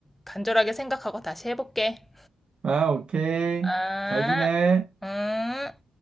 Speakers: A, in the centre; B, on the right.
A: 간절하게 생각하고 다시 해볼게.
B: 아, 오케이.
A: 아,
B: 잘 지내.
A: 음.